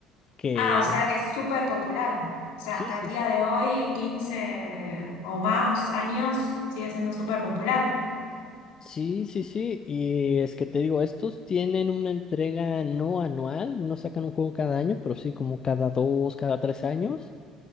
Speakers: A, on the left; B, on the left.
A: que...
B: Ah, o sea que es súper popular. O sea,
A: Sí,
B: hasta
A: sí,
B: el día
A: sí.
B: de hoy, 15 o más años, sigue siendo súper popular.
A: Sí, sí, sí, y es que te digo, estos tienen una entrega no anual, no sacan un juego cada año, pero sí como cada dos, cada tres años,